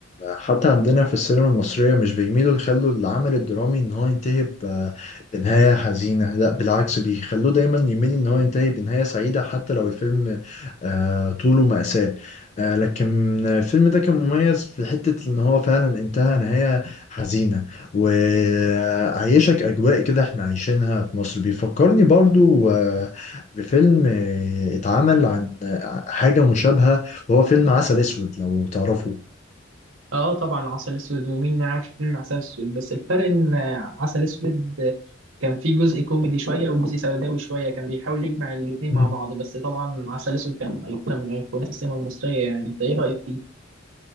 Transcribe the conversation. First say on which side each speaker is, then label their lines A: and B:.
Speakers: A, on the left; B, on the right.
A: حتى عندنا في السينما المصرية مش بيميلوا يخلوا العمل الدرامي ان هو ينتهي ب- بنهاية حزينة لا بالعكس بيخلوه دايما يميل ان هو ينتهي بنهاية سعيدة حتى لو الفيلم آه، طوله مأساة آه، لكن الفيلم ده كان مميز في حتة ان هو فعلا انتهى نهاية حزينة وعيشك اجواء كده احنا عايشينها في مصر بيفكرني برضو آه، بفيلم آه، اتعمل حاجة مشابهة وهو فيلم عسل اسود لو تعرفه
B: اه طبعا عسل اسود ومين ما يعرفش فيلم عسل اسود بس الفرق ان عسل اسود كان فيه جزء كوميدي شويه وجزء سوداوي شويه كان بيحاول يجمع الاتنين
A: مم.
B: مع بعض بس طبعا عسل اسود كان ايقونه من ايقونات السينما المصريه يعني انت ايه رايك فيه؟